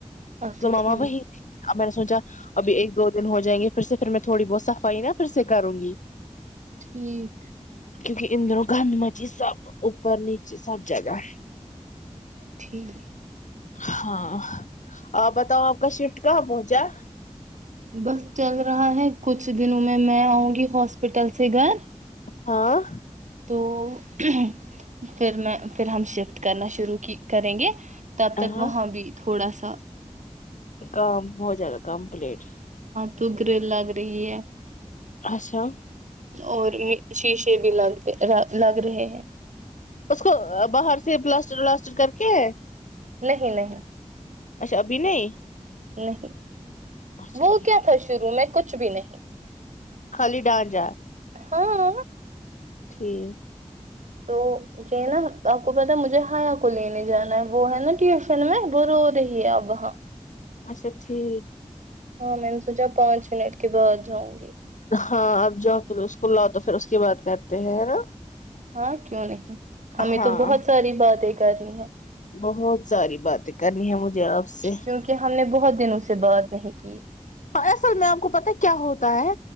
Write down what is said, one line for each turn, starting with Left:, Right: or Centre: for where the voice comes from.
Right: اچھا
Left: تو ماما
Right: ٹھیک
Left: وہی اب میں نے سوچا ابھی ایک دو دن ہو جائیں گے پھر سے پھر میں تھوڑی بہت صفائی نا پھر سے کروں گی
Right: ٹھیک
Left: کیونکہ اندروں گند مچی سب اوپر نیچے سب جگہ
Right: ٹھیک
Left: ہاں اور بتاؤ آپ کا شفٹ کہاں پہنچا
Right: بس چل رہا ہے کچھ دنوں میں میں آؤں گی ہاسپٹل سے گھر
Left: ہاں
Right: تو پھر میں پھر ہم شفٹ کرنا شروع کریں گے تب تک
Left: ہاں
Right: وہاں بھی تھوڑا سا <unintelligible>
Left: کام بہت زیادہ کمپلیٹ
Right: دگر لگ رہ
Left: اچھا
Right: اور شیشے بھی لگ لگ رہے ہیں
Left: اس کو باہر سے پلاسٹر ولاسٹر کر کے
Right: نہیں نہیں
Left: اچھا ابھی نہیں
Right: نہیں
Left: اچھا
Right: وہ
Left: ٹھیک
Right: کیا تھا شروع میں کچھ بھی نہیں
Left: خالی ڈان جا
Right: ہاں
Left: ٹھیک
Right: تو کہ ہے نا آپ کو پتا مجھے ہیا کو لینے جانا ہے وہ ہے نا ٹیوشن میں وہ رو رہی ہے اپ وہاں
Left: اچھا ٹھیک
Right: ہاں میں نے سوچا پانچ منٹ کے بعد جاؤں گی
Left: ہاں اب جاؤ پھر اس کو لاؤ تو پھر اس کی بات کرتے ہیں نا
Right: ہاں کیوں نہیں ہمیں
Left: ہاں
Right: تو بہت ساری بات ہے کر رہی ہیں
Left: بہت ساری باتیں کرنی ہے مجھے آپ سے
Right: کیونکہ ہم نے بہت دنوں سے بعد نہیں کی
Left: ہاں اصل میں آپ کو پتا کیا ہوتا ہے